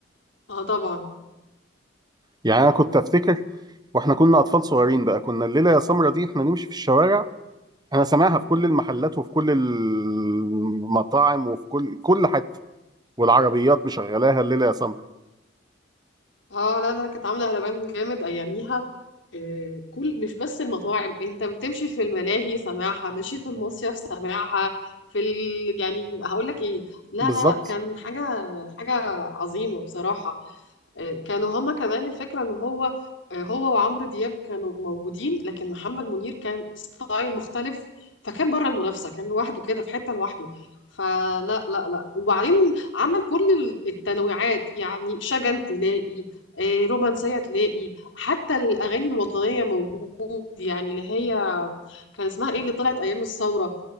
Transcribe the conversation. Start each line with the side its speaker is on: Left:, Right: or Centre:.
Left: اه طبعا
Right: يعني انا كنت افتكر واحنا كنا اطفال صغيرين بقى كنا الليله يا سمرة دي احنا نمشي في الشوارع انا سامعها في كل المحلات وفي كل المطاعم وفي كل كل حته والعربيات مشغلاها الليله يا سمرة
Left: اه لا لا كانت عامله قلبان جامد اياميها آه كل مش بس المطاعم انت بتمشي في الملاهي سماعها ماشي في المصيف سماعها في ال... يعني هقول لك ايه لا
Right: بالظبط
Left: لا لا كان حاجه حاجه عظيمه بصراحه آه، كانوا هما كمان الفكرة ان هو آه، هو وعمرو دياب كانوا موجودين لكن محمد منير كان ستايل مختلف فكان بره المنافسة كان لوحده كده في حتة لوحده فلا لا لا وبعدين عمل كل ال- التنويعات يعني شجن تلاقي آه، رومانسية تلاقي حتى الأغاني الوطنية موجود يعني اللي هي كان اسمها ايه اللي طلعت أيام الثورة